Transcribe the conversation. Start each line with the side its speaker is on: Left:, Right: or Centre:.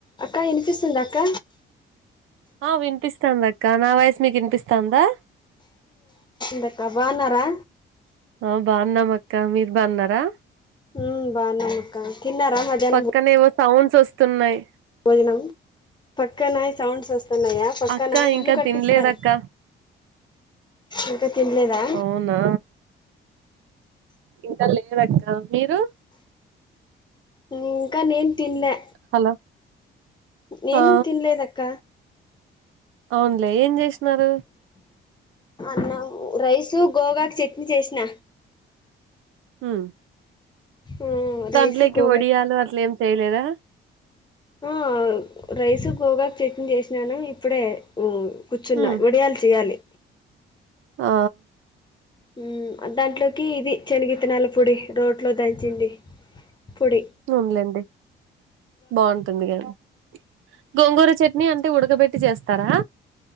Left: అక్క వినిపిస్తుందా అక్క
Right: ఆ వినిపిస్తంది అక్క నా వాయిస్ మీకు వినిపిస్తందా
Left: దక్క బాగున్నారా
Right: ఆ బాగున్నామక్క మీరు బాన్నారా
Left: ఉమ్మ్ బాగున్నాం అక్క తిన్నారా మధహ్నం
Right: పక్కనేవో సౌండ్స్ వస్తున్నాయి
Left: భోజనం పక్కన సౌండ్స్ వస్తున్నాయా పక్కన
Right: అక్క
Left: ఇల్లు
Right: ఇంకా
Left: కట్టిస్తున్నారు
Right: తినలేదక్క
Left: ఇంకా తినలేదా
Right: అవునా ఇంకా లేదక్క మీరు
Left: ఇంకా నేను తినలె
Right: హలో
Left: నేను
Right: ఆ
Left: తిన్లేదక్క
Right: అవునులే ఏం చేసినారు
Left: అన్నం రైస్ గోగాకు చట్నీ చేసిన
Right: ఉమ్మ్
Left: ఉమ్
Right: దంట్లోకి
Left: రైసు గోగాకు
Right: ఒడియాలు అట్లెం చేయలేదా
Left: ఆ రైస్ గోగాకు చట్ని చేసినాను ఇప్పుడే ఉమ్మ్ కూర్చున్నా
Right: ఉమ్
Left: వడియాలు చేయాలి
Right: ఆ
Left: ఉమ్మ్ దాంట్లోకి ఇది శనిగిత్తనాల పొడి రోట్లో దంచింది పొడి
Right: అవునులేండి బాగుంటుంది కానీ గోంగూర చట్నీ అంటే ఉడకబెట్టి చేస్తారా